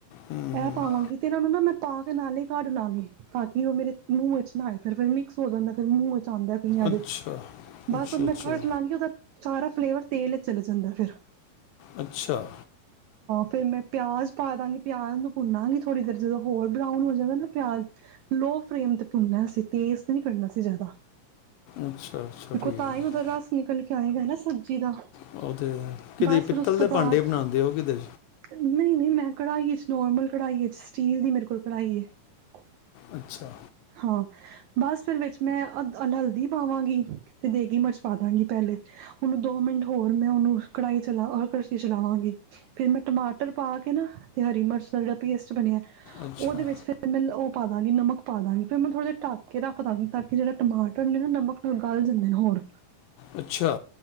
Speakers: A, on the left (about 80°); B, on the right (about 75°).
A: ਹੂੰ,
B: ਇਹ
A: ਹੂੰ।
B: ਪਾਵਾਂਗੀ ਤੇ ਇਹਨਾਂ ਨੂੰ ਨਾ ਮੈਂ ਪਾ ਕੇ ਨਾਲ ਹੀ ਕੱਢ ਲਵਾਂਗੀ ਤਾਂ ਕਿ ਉਹ ਮੇਰੇ ਮੂੰਹ <unintelligible> ਫਿਰ-ਫਿਰ ਮਸ ਹੋ ਜਾਂਦਾ ਫਿਰ ਮੂੰਹਾਂ ਆਂਦਾ। ਈਆਂ
A: ਅੱਛਾ
B: ਦੇ
A: ਅੱਛਾ
B: ਬਸ
A: ਅੱਛਾ
B: ਮੈਂ ਘਟ ਲਾਂਗੀ ਉਹਦਾ ਸਾਰਾ ਫਲੇਵਰ ਤੇਲ ਚਲੇ ਜਾਂਦਾ ਫੇਰ
A: ਅੱਛਾ,
B: ਫੇਰ ਮੈਂ ਪਿਆਜ਼ ਪਾ ਦਾਂਗੀ ਪਿਆਜ਼ ਨੂੰ ਭੁੰਨਾਗੀ ਥੋੜ੍ਹੀ ਦੇਰ ਜਦੋਂ ਹੋਰ ਬਰਾਊਨ ਹੋ ਜਾਵੇ ਨਾ ਪਿਆਜ਼ ਲੋ। ਫਰੇਮ ਤੇ ਭੁੰਨਾ ਸੀ ਤੇਜ਼ ਤੇ ਨਹੀਂ ਕਰਨਾ ਸੀ ਜ਼ਿਆਦਾ,
A: ਅੱਛਾ ਅੱਛਾ
B: ਦੇਖੋ
A: ਠੀਕ
B: ਤਾਂ
A: ਹੈ।
B: ਹੀ ਉਹਦਾ ਰਸ ਨਿਕਲ ਕੇ ਟਾਈਮ ਐ ਨਾ ਸਭ, ਜੀ ਦਾ
A: ਉਹਦੇ ਕਿਤੇ
B: ਬਸ ਫਿਰ
A: ਪਿੱਤਲ
B: ਉਸ ਤੋਂ
A: ਦੇ
B: ਬਾਅਦ
A: ਭਾਂਡੇ ਬਣਾਉਂਦੇ ਹੋ ਕਿਤੇ
B: ਨਹੀਂ-ਨਹੀਂ ਮੈਂ, ਕੜਾਈ 'ਚ ਨੋਾਰਮਲ ਕੜਾਈ ਸੌਟੀਲ ਦੀ ਮੇਰੇ ਕੋਲ ਕੜਾਈ ਹੈ।
A: ਅੱਛਾ
B: ਹਾਂ। ਬਸ ਫਿਰ ਵਿੱਚ ਮੈਂ ਹਲਦੀ ਪਾਵਾਂਗੀ ਤੇ ਦੇਗੀ ਮਿਰਚ ਪਾ ਦਾਂਗੀ ਪਹਿਲੇ, ਉਹਨੂੰ ਦੋ ਮਿੰਟ ਹੋਰ ਮੈਂ ਉਹਨੂੰ ਕੜਾਹੀ ਚਲਾ ਕੜਸ਼ੀ ਚਲਾਵਾਂਗੀ, ਫੇਰ ਮੈਂ ਟਮਾਟਰ ਪਾ ਕੇ ਨਾ ਤੇ ਹਰੀ ਮਿਰਚ ਦਾ ਜਿਹੜਾ ਪੇਸਟ ਬਣਿਆ। ਉਹਦੇ
A: ਅੱਛਾ
B: ਵਿੱਚ ਫਿਰ ਮਤਲਬ ਉਹ ਪਾਦਾ ਗੀ ਨਮਕ ਪਾ ਦਾਗੀ, ਫਿਰ ਮੈਂ ਥੋੜ੍ਹਾ ਜਹਾ ਢੱਕ ਕੇ ਰੱਖ ਦੇਵਾਗੀ ਤਾਂ ਕਿ ਜਿਹੜਾ ਟਮਾਟਰ ਹੁੰਦੇ ਨਾ ਨਮਕ ਗਲ ਜਾਂਦੇ ਨੇ ਹੋਰ
A: ਅੱਛਾ